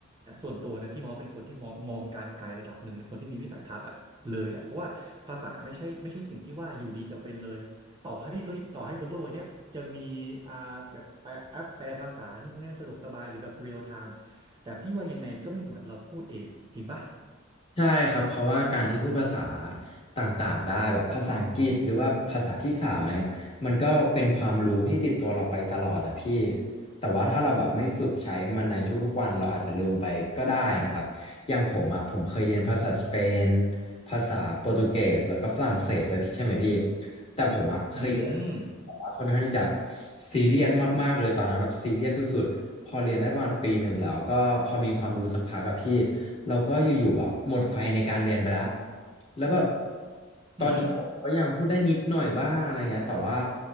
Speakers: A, on the right; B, on the left.
A: นะส่วนตัวนะพี่มองว่าเป็นคนที่มองมองการไกลระดับหนึ่งเป็นคนที่มีวิสัยทัศน์อะเลยแหละเพราะว่าภาษาไม่ใช่ไม่ใช่สิ่งที่ว่าอยู่ดีจะเป็นเลยต่อให้ทุกต่อให้บนโลกเนี้ยจะมีอ่าแบบแปลแอปแปลภาษานู่นนี่สะดวกสบายหรือแบบเรียลไทม์แต่พี่ว่ายังไงก็ไม่เหมือนเราพูดเองจริงปะ
B: ใช่ครับเพราะว่าการที่พูดภาษาต่างๆได้แบบภาษาอังกฤษหรือว่าภาษาที่สามอะไรเงี้ยมันก็เป็นความรู้ที่ติดตัวเราไปตลอดอะพี่แต่ว่าถ้าเราแบบไม่ฝึกใช้มันในทุกๆวันเราอาจจะลืมไปก็ได้นะครับอย่างผมอะผมเคยเรียนภาษาสเปนภาษาโปรตุเกสแล้วก็ฝรั่งเศสด้วยพี่ใช่ไหมพี่ แต่ผมอะเคยเรียน
A: อืม
B: แบบว่าค่อนข้างที่จะซีเรียสมากๆเลยตอนนั้นแบบซีเรียสสุดๆพอเรียนได้ประมาณปีหนึ่งแล้วก็พอมีความรู้สักพักอะพี่เราก็อยู่ๆแบบหมดไฟในการเรียนไปแล้วแล้วแบบตอนเนี้ยผมก็ยังพูดได้นิดหน่อยบ้างอะไรเงี้ยแต่ว่า
A: อือหือ